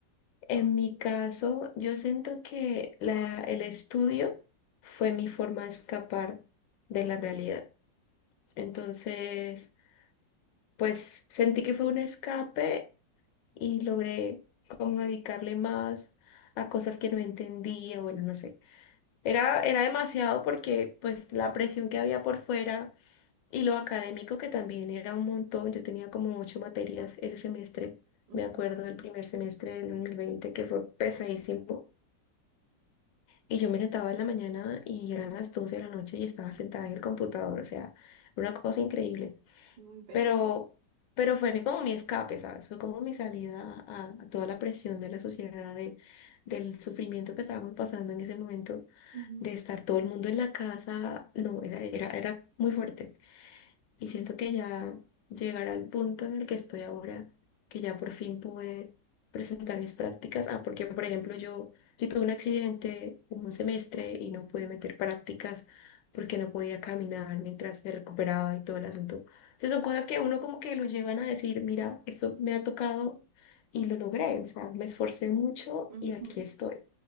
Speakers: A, on the left (about 80°); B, on the right (about 85°).
A: En mi caso, yo siento que la, el estudio fue mi forma de escapar de la realidad. Entonces, pues sentí que fue un escape y logré como dedicarle más a cosas que no entendía, bueno, no sé. Era, era demasiado porque pues la presión que había por fuera y lo académico que también era un montón. Yo tenía como ocho materias ese semestre,
B: Ujú.
A: me acuerdo del primer semestre del 2020 que fue pesadísimo. Y yo me sentaba en la mañana y eran las 12 de la noche y estaba sentada en el computador. O sea, una cosa increíble.
B: Muy pesado.
A: Pero, pero fue mi, como mi escape, ¿sabes? Fue como mi salida a, a toda la presión de la sociedad, de, del sufrimiento que estábamos pasando en ese momento,
B: Ujú.
A: de estar todo el mundo en la casa. No, era, era, era muy fuerte. Y siento que ya llegar al punto en el que estoy ahora, que ya por fin pude presentar mis prácticas. Ah, porque por ejemplo yo, yo tuve un accidente un semestre y no pude meter prácticas porque no podía caminar mientras me recuperaba y todo el asunto. Entonces son cosas que uno como que lo llevan a decir, mira, esto me ha tocado y lo logré. O sea, me esforcé mucho
B: Ujú.
A: y aquí estoy.